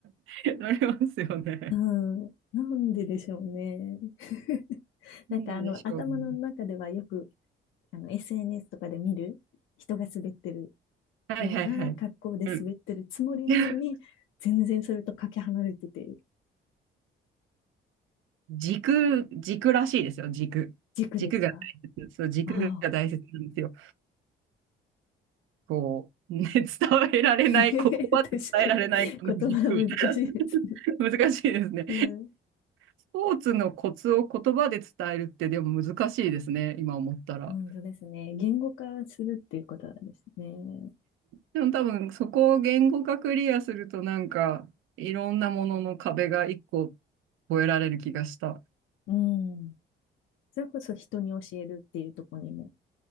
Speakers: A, on the right; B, on the left.
A: <laughs> なりますよね。
B: うん。なんででしょうね。<laughs> なんかあの、
A: なんでしょうね。
B: 頭の中ではよく、あの、SNS とかで見る人が滑ってる
A: はいはいはい。
B: ような格好で滑ってるつもりなのに、
A: うん。<laughs>
B: 全然それとかけ離れてて、
A: 軸、軸らしいですよ、軸。
B: 軸ですか
A: 軸が大切。そう、軸が大切なんですよ。
B: ああ。
A: こう、ね、伝えられない、
B: <laughs> 確かに。
A: 言葉で伝えられないこの憎み。
B: 言葉は難しいですね。
A: <laughs> 難しいですね。
B: うん。
A: スポーツのコツを言葉で伝えるってでも難しいですね、今思ったら。
B: 本当ですね。言語化するっていうことなんですね。
A: でも多分そこを言語化クリアするとなんかいろんなものの壁が一個越えられる気がした。
B: うん。それこそ人に教えるっていうところにも